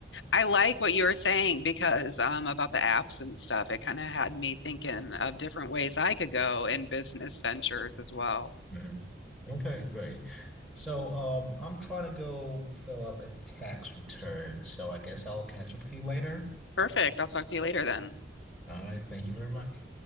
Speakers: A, on the left (about 85°); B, in the centre.
A: I like what you were saying because um, about the apps and stuff. It kind of had me thinking of different ways I could go in business ventures as well.
B: Mhm. Okay, great. So, um, I'm trying to go fill up a tax return, so I guess I'll catch up with you later.
A: Perfect. I'll talk to you later then.
B: All right, thank you very much.